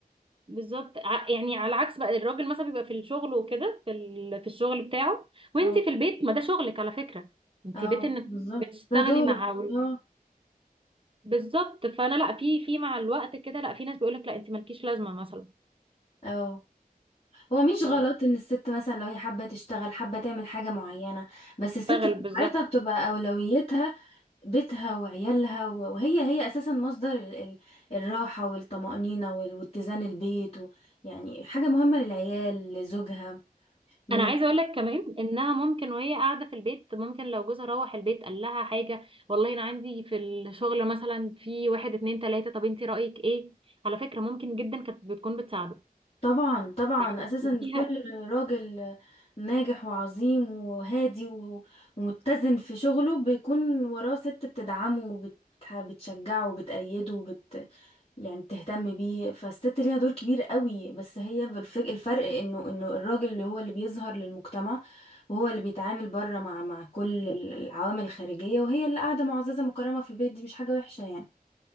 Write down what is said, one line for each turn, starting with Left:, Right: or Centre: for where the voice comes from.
Right: بالظبط ع- يعني على العكس بقى الراجل مثلا بيبقى في الشغل وكده في ال... في الشغل بتاعه وانتي
Left: اه
Right: في البيت ما ده شغلك على فكرة انتي
Left: اه
Right: بيت انك
Left: بالظبط
Right: بتشتغلي
Left: ده دورك
Right: مع
Left: اه
Right: بالظبط فانا لا في في مع الوقت كده لا في ناس بيقولك لا انتي مالكيش لازمة مثلا
Left: اه هو مش غلط
Right: ف-
Left: ان الست مثلا لو هي حابه تشتغل حابه تعمل حاجه معينه بس الست
Right: بتشتغل
Left: بتاعتها
Right: بالظبط
Left: بتبقى اولويتها بيتها وعيالها و- وهي هي اساسا مصدر ال- ال- الراحه والطمانينه وال- واتزان البيت و يعني حاجه مهمه للعيال لزوجها من
Right: انا
Left: غير
Right: عايزه اقول لك كمان انها ممكن وهي قاعده في البيت ممكن لو جوزها روح البيت قال لها حاجه والله انا عندي في الشغل مثلا في واحد اتنين تلاته طب انتي رايك ايه على فكره ممكن جدا كانت بتكون بتساعده
Left: طبعا طبعا
Right: يعني
Left: اساسا
Right: ليها
Left: كل راجل ناجح وعظيم وهادي و- ومتزن في شغله بيكون وراه ست بتدعمه وبتشجعه وبتأيده وبت يعني بتهتم بيه فالست ليها دور كبير قوي بس هي بالفك... الفرق انه انه الراجل اللي هو اللي بيظهر للمجتمع وهو اللي بيتعامل بره مع مع كل العوامل الخارجية وهي اللي قاعدة معززة مكرمة في البيت دي مش حاجة وحشة يعني